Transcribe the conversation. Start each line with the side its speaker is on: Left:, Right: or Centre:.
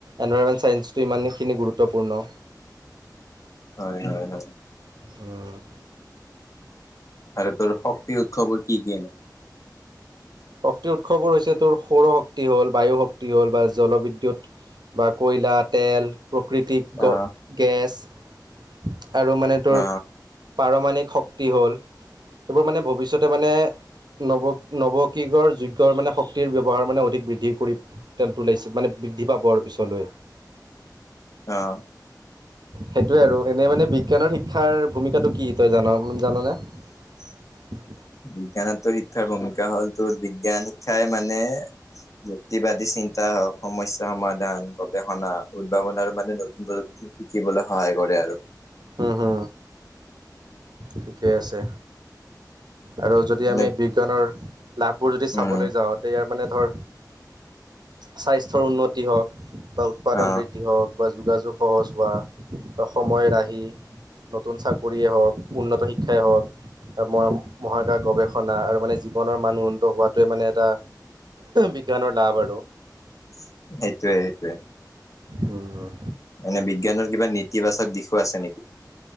Right: এনভাইৰমেণ্ট চেন্ঞ্চটো ইমানখিনি গুৰুত্বপূৰ্ণ।
Left: হয়, হয়, হয়।
Right: উম,
Left: আৰু তোৰ শক্তি উৎসৱৰ কি কিনে
Right: শক্তিৰ উৎসৱবোৰ হৈছে তোৰ সৌৰ শক্তি হ'ল, বায়ু শক্তি হ'ল, বা জলবিদ্যুৎ বা কয়লা, তেল প্ৰকৃতিক গ
Left: অ
Right: গেছ আৰু মানে তোৰ
Left: অ
Right: পাৰমাণিক শক্তি হ'ল এইবোৰ মানে ভৱিষ্যতে মানে নৱ নৱ কিগৰ যোগ্য মানে শক্তিৰ ব্যৱহাৰ মানে অধিক বৃদ্ধি কৰি তেলটো ওলাইছে মানে বৃদ্ধি পাব আৰু পিছলৈ।
Left: অহ
Right: সেইটোয়ে আৰু এনে মানে বিজ্ঞানৰ শিক্ষাৰ ভূমিকাটো কি তই জান জানানে? <inaudible>
Left: বিজ্ঞানত শিক্ষাৰ ভূমিকা হ'ল তোৰ বিজ্ঞান শিক্ষাই মানে যুক্তিবাদী চিন্তা হওক সমস্যা সমাধান গৱেষণা উদ্ভাৱনৰ মানে নতুন প্ৰযুক্ত শিকিবলৈ সহায় কৰে আৰু।
Right: হুম হুম। ঠিকেই আছে, আৰু যদি
Left: এনে
Right: আমি বিজ্ঞানৰ লাভবোৰ যদি চাবলৈ
Left: উম
Right: যাওঁ তে ইয়াৰ মানে ধৰ স্বাস্থ্যৰ উন্ন তি হওক বা উৎপাদন
Left: অ
Right: বৃদ্ধি হওক। বা যোগাযোগ সহজ হোৱা বা সময় ৰাহি নতুন চাকৰিয়েই হওক। উন্নত শিক্ষাই হওক। ত ম মহাকাশ গৱেষণা আৰু মানে জীৱনৰ মানুহ উন্নত হোৱাটোৱে মানে এটা বিজ্ঞানৰ লাভ আৰু।
Left: সেইটোৱে সেইটোৱে।
Right: উম উম।
Left: এনে বিজ্ঞানৰ কিবা নেতিবাচক দিশো আছে নেকি?